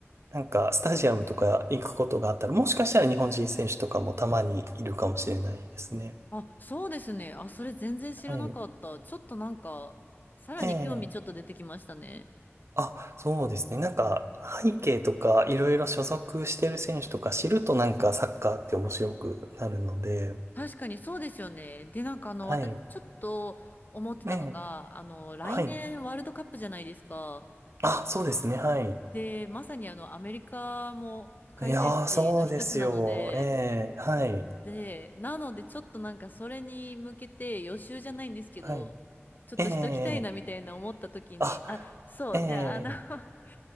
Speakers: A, on the right; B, on the left.
A: なんか、スタジアムとか行くことがあったら、もしかしたら日本人選手とかもたまにいるかもしれないですね。
B: あ、そうですね。あ、それ全然知らなかった。
A: はい。
B: ちょっとなんか、さらに興味ちょっと出てきましたね。
A: ええ。あ、そうですね。なんか、背景とか、いろいろ所属してる選手とか知るとなんかサッカーって面白くなるので、
B: 確かにそうですよね。で、なんかあの、
A: はい。
B: 私ちょっと思ってたのが、
A: ええ。
B: あの、来年ワールドカップじゃないですか。
A: はい。あ、そうですね。はい。
B: で、まさにあの、アメリカも開催地の一つなので、
A: いやー、そうですよ。ええ。はい。
B: で、なのでちょっとなんかそれに向けて予習じゃないんですけど、
A: はい。
B: ちょっとしときたいなみたいな思った時に、
A: ええ。あ、
B: あ、そう、
A: ええ。
B: で、あの <laughs>